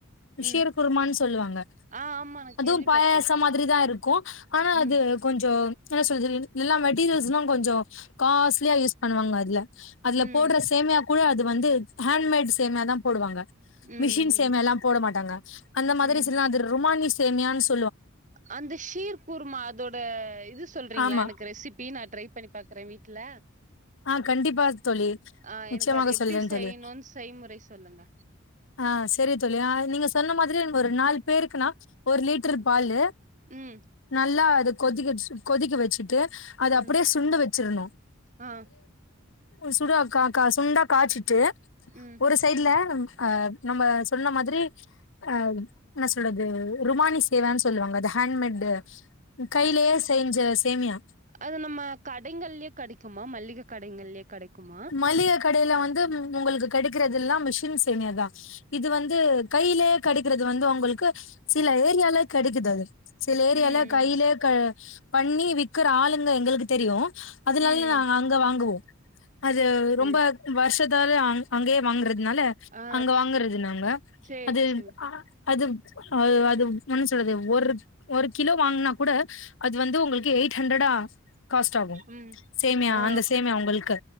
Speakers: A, on the left; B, on the right.
A: விஷய
B: ம்
A: குருமான்னு சொல்லுவாங்க
B: ஆ ஆமா நா
A: அதுவும்
B: கேள்விப்பட்டிருக்கே
A: பாயாசம் மாதிரி தான் இருக்கும் ஆனா
B: ம்
A: அது கொஞ்சோம் என்ன சொல்ல எல்லா மெட்டீரியல்ஸும் தான் கொஞ்சம் காஸ்ட்லியா யூஸ் பண்ணுவாங்க அதுல அதுல
B: ம்
A: போடுற சேமியா கூட அது வந்து ஹேண்ட்மேட் சேமைய தான் போடுவாங்க
B: ம்
A: மிஷின் சேமியா எல்லாம் போட மாட்டாங்க அந்த மாதிரில்லாம்
B: ம்
A: அது ருமானிஸ <unintelligible>
B: அந்த ஷீர் பூர்மா அதோட இது சொல்றீங்களா
A: ஆமா
B: எனக்கு ரெசிபி நா ட்ரை ரை பண்ணி பாக்குறேன் வீட்ல
A: ஆஹ் கண்டிப்பா தோழி
B: ஆ எனக்கு
A: நிச்சயமாக
B: அது எப்டி
A: சொல்றேன்
B: செய்யணுன்
A: தோழி
B: செய்முறை சொல்லுங்க
A: ஆஹ் சரி தோழி நீங்க சொன்ன மாதிரியே ஒரு நாலு பேருக்குனா ஒரு லிட்டரு பாலு
B: ம்
A: நல்லா அதுக் கொதிக்கவச்ட் கொதிக்க வச்சிட்டு அது
B: ம்
A: அப்படியே சுண்ட வச்சிரணும்
B: ஆ
A: உ சுடா கா கா சுண்டா காய்ச்சிட்டு
B: ம்
A: ஒரு சைடுல ம் அஹ நம்ப சொன்ன மாதிரி அஹ் என்ன சொல்றது ருமானி சேமியானு சொல்லுவாங்க த ஹேண்ட்மேட் கையிலயே செஞ்ச சேமியா
B: அது நம்ம கடைங்கல்யே கெடைக்குமா மல்லிக கடைங்கல்யே கெடைக்குமா
A: மளிகை கடையில வந்து உங்களுக்கு கிடைக்கிறதுல்லாம் மிஷின் சேமியா தான் இது வந்து கையிலேயே கிடைக்கிறது வந்து உங்களுக்கு சில ஏரியால கிடைக்குது அது சில ஏரியாள
B: ம்
A: கையிலே க பண்ணி வி்க்ற ஆளுங்க எங்களுக்கு தெரியும் அதுநால
B: ம்
A: நா அங்க வாங்குவோம் அது
B: சேரி
A: ரொம்ப வருஷத்து அதனாலேயே அங் அங்கயே வாங்குறது அதனால
B: ஆ
A: அங்க வாங்கறது நாங்க
B: சேரி
A: அது
B: சேரி
A: அது அ அது ஒன்னும் சொல்றது ஒரு ஒரு கிலோ வாங்கனா கூட அது வந்து உங்களுக்கு எயிட் ஹண்ட்ரடா காஸ்ட் ஆகும்
B: ம்
A: சேமியா
B: ஆ
A: அந்த சேமியா உங்களுக்கு